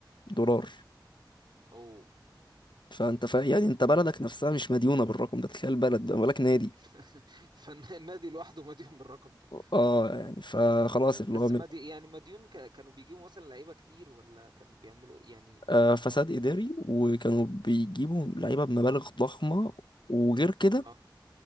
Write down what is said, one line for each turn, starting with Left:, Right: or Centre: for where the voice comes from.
Left: دولار
Right: أوه
Left: فانت فا يعني انت بلدك نفسها مش مديونة بالرقم ده تخيل بلد ده بالك نادي
Right: <laughs> فالنادي لوحده مديون بالرقم ده
Left: اه يعني فخلاص اللي
Right: بس
Left: هو من-
Right: مدي يعني مديون ك... كانوا بيجيبوا مثلا لعيبة كتير ولا كانوا بيعملوا إيه؟ يعني
Left: آه فساد إداري وكانوا بيجيبوا لعيبة بمبالغ ضخمة وغير كده
Right: اه